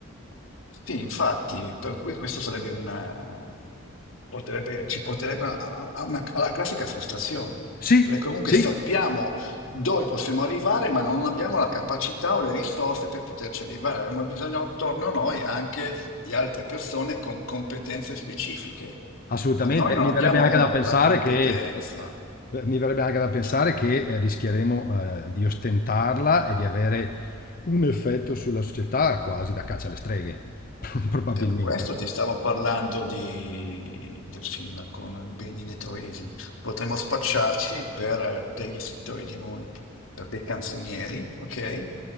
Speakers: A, on the left (about 80°); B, on the left (about 45°).
A: Sì, infatti, per cui questo sarebbe una, porterebbe- ci porterebbe a- a- a una- alla classica frustrazione,
B: Sì,
A: perché comunque
B: sì,
A: sappiamo dove possiamo arrivare, ma non abbiamo la capacità o le risorse per poterci arrivare. Abbiamo bisogno attorno a noi anche di altre persone con competenze specifiche,
B: assolutamente.
A: ma noi non
B: Mi
A: abbiamo
B: verrebbe anche da pensare
A: la competenza.
B: che, eh, mi verrebbe anche da pensare che eh, rischieremo eh, di ostentarla e di avere un effetto sulla società quasi da caccia alle streghe, <laughs> probabilmente.
A: Per questo ti stavo parlando di- del film con Benedetto Isi. Potremmo spacciarci per degli scrittori di mu- per dei canzonieri, ok?